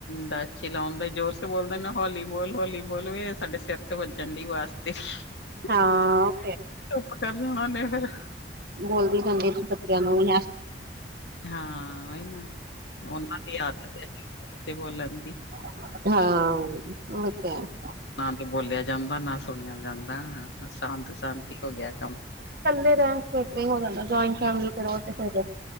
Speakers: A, on the left; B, on the right.
A: ਦਾ ਚਲਾਾਉਂਦੇ ਜ਼ੋਰ ਸੇ ਬੋਲਦੇ ਹੌਲੀ ਬੋਲ ਹੌਲੀ ਬੋਲ ਵੀ ਸਾਡੇ ਸਿਰ। ਤੇ ਵੱਜਣ ਡ ਵਾਸਤੇ। ਚੁੱਪ
B: ਹਾਂ ਫਿਰ
A: ਕਰ ਜਾਣਾ। ਉਹੇ ਫੇਂਰ
B: ਬੋਲਦੀ ਜਾਂਦੀ। ਬੱਚਿਆਂ ਨੂੰ ਵੀ
A: ਹਾਂ ਨਾ ਉਹਨਾਂ ਦੀ ਆਦਤ ਹੈ। ਬੋਲਣ ਦੀਂ
B: ਹਾਂ ਉਹ ਤੇ।
A: ਨਾਂ ਤੇ ਬੋਲਿਆ ਜਾਂਦਾ। ਨਾ ਸੁਣਿਆ ਜਾਂਦਾ ਸ਼ਾਂਤ ਸ਼ਾਂਤੀ ਹੋ ਗਿਆ। ਕੰਮ
B: ਇਕੱਲੇ ਦਾ ਫਿਰ ਹੋ ਜਾਂਦਾ। ਜੁਆਇੰਟ ਫੈਮਲੀ ਫਿਰ ਉਹ ਫਿਰ ਤੇ